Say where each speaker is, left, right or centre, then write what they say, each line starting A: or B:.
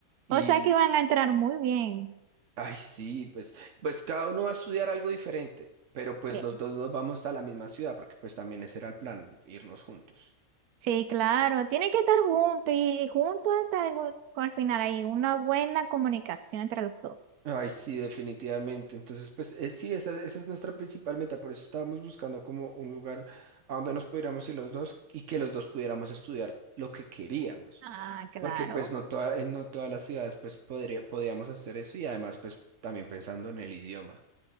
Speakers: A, on the right; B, on the right.
A: Y,
B: O sea que van a entrar muy bien.
A: ay, sí, pues, pues cada uno va a estudiar algo diferente, pero pues
B: Sí,
A: los dos nos vamos a la misma ciudad, porque pues también ese era el plan, irnos juntos.
B: sí, claro. Tienen que estar juntos y juntos hasta el, al final hay una buena comunicación entre los dos.
A: Ay, sí, definitivamente. Entonces, pues eh, sí, esa, esa es nuestra principal meta. Por eso estábamos buscando como un lugar a donde nos pudiéramos ir los dos y que los dos pudiéramos estudiar lo que queríamos.
B: Ah, claro.
A: Porque pues no toda, en no todas las ciudades pues podría, podíamos hacer eso y además pues también pensando en el idioma.